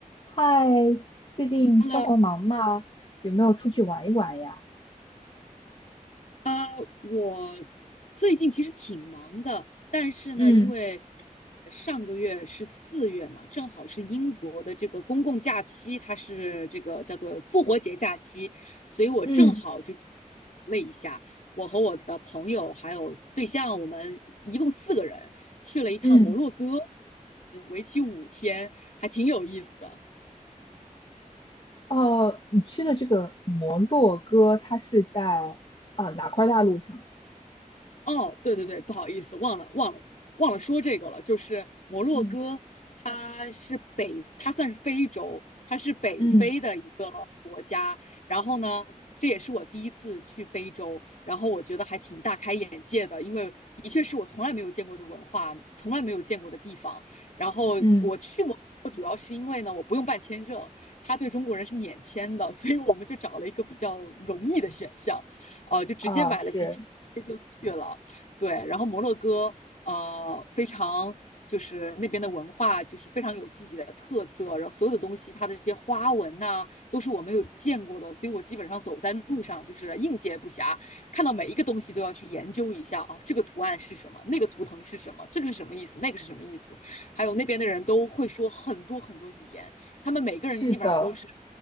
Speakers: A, on the left (about 40°); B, on the left (about 60°).
A: 嗨，最近生活忙吗？
B: Hello，
A: 有没有出去玩一玩呀？
B: 呃，我最近其实挺忙的，但是呢，
A: 嗯
B: 因为呃上个月是四月嘛，正好是英国的这个公共假期，它是这个叫做复活节假期，所以我正好就
A: 嗯
B: 了一下，我和我的朋友还有对象，我们一共四个人去了一趟摩洛哥，
A: 嗯，
B: 嗯，为期五天，还挺有意思的。
A: 哦，你去的这个摩洛哥，它是在呃哪块大陆上？
B: 哦，对对对，不好意思，忘了忘了忘了说这个了。就是摩洛哥，
A: 嗯
B: 它是北，它算是非洲，它是北非的一个国家。
A: 嗯
B: 然后呢，这也是我第一次去非洲，然后我觉得还挺大开眼界的，因为的确是我从来没有见过的文化，从来没有见过的地方。然后我去摩洛哥主要是因为呢，
A: 嗯
B: 我不用办签证，他对中国人是免签的，所以我们就找了一个比较容易的选项，呃，就直接买了机票
A: 啊、是
B: 就去了。对，然后摩洛哥呃非常就是那边的文化就是非常有自己的特色，然后所有的东西它的这些花纹呐、都是我没有见过的，所以我基本上走在路上就是应接不暇，看到每一个东西都要去研究一下哦，这个图案是什么，那个图腾是什么，这个是什么意思，那个是什么意思，还有那边的人都会说很多很多语言，他们每个人基本上都是。
A: 是的，